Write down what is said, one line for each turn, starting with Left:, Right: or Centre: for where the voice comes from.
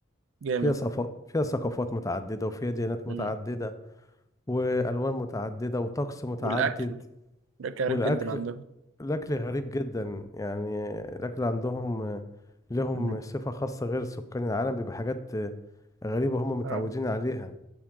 Right: جامد
Left: فيها صفات فيها ثقافات متعدده وفيها ديانات
Right: مم.
Left: متعدده والوان متعدده وطقس متعدد
Right: والاكل الاكل غريب
Left: والاكل
Right: جدا عندهم
Left: الاكل غريب جدا يعني الاكل عندهم آه، لهم
Right: مم.
Left: صفه خاصه غير سكان العالم بيبقى حاجات آه، غريبه هم متعودين
Right: اه
Left: عليها